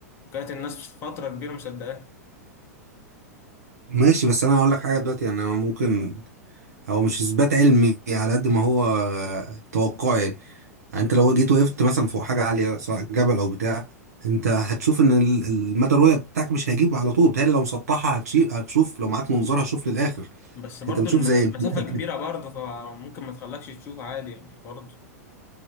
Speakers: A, on the left (about 30°); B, on the right (about 70°).
A: وكانت الناس فترة كبيرة مصدقاها
B: فماشي بس انا هقول لك حاجه دلوقتي يعني أنا ممكن هو مش اثبات علمي على قد ما هو آه، توقع يعني. يعني انت لو جيت وقفت مثلا فوق حاجه عاليه سواء جبل او بتاع انت هتشوف ان ال- المدى الرؤيه بتاعك مش هيجيب على طول بتهيألي لو مسطحه هتشي- هتشوف لو معاك منظار هتشوف للاخر
A: بس برضه
B: انت بتشوف
A: الم-
B: زي
A: المسافة
B: الفلاحة
A: كبيرة
B: كده.
A: برضه فممكن ما تخلكش تشوف عادي يعني برضه